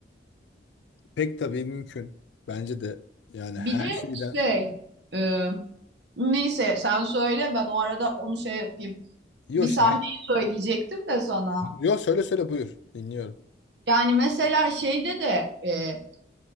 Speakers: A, on the left; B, on the right.
A: Pek tabii mümkün. Bence de yani
B: Bir
A: her
B: de
A: şeyden.
B: şey e, neyse sen söyle ben o arada onu şey yapayım.
A: Yok
B: Bir sahneyi
A: işte her...
B: söyleyecektim de sana.
A: Yok söyle söyle buyur. Dinliyorum.
B: Yani mesela şeyde de e,